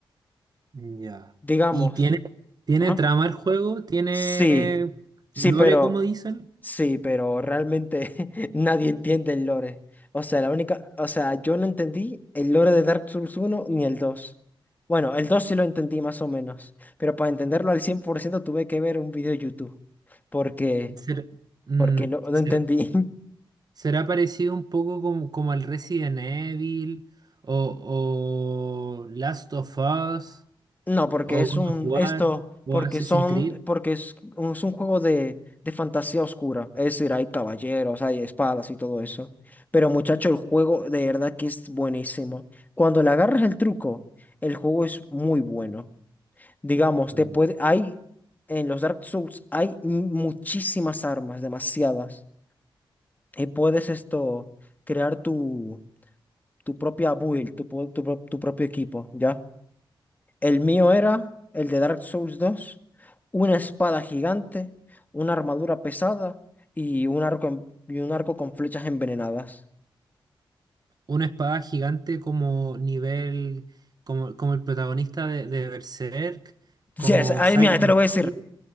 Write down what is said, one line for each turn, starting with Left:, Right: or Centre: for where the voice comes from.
Right: Ya.
Left: Digamos,
Right: ¿Y tiene, tiene
Left: ¿ah?
Right: trama el juego? ¿Tiene
Left: Sí, sí,
Right: lore,
Left: pero
Right: como dicen?
Left: sí, pero realmente <laughs> nadie entiende el lore. O sea, la única, o sea, yo no entendí el lore de Dark Souls uno ni el 2. Bueno, el 2 sí lo entendí más o menos, pero para entenderlo al 100% tuve que ver un video de YouTube, porque
Right: ¿Ser- mm,
Left: porque no, no
Right: ser-
Left: entendí.
Right: ¿será parecido un poco como, como al Resident Evil o, o Last of Us
Left: No, porque
Right: o
Left: es
Right: God
Left: un,
Right: of War
Left: esto,
Right: o
Left: porque
Right: Assassin's
Left: son,
Right: Creed?
Left: porque es un, es un juego de, de fantasía oscura. Es decir, hay caballeros, hay espadas y todo eso. Pero muchacho, el juego de verdad que es buenísimo. Cuando le agarras el truco, el juego es muy bueno. Digamos,
Right: Mm.
Left: te puede, hay, en los Dark Souls hay mu- muchísimas armas, demasiadas. Y puedes esto, crear tu, tu propia build, tu, po- tu pro- tu propio equipo, ¿ya? El mío era el de Dark Souls 2, una espada gigante, una armadura pesada y un arco, en- y un arco con flechas envenenadas.
Right: una espada gigante como nivel, como, como el protagonista de, de Berserk,
Left: Yes,
Right: como
Left: ay,
Right: Silent
Left: mira, te lo voy a decir.
Right: Hill.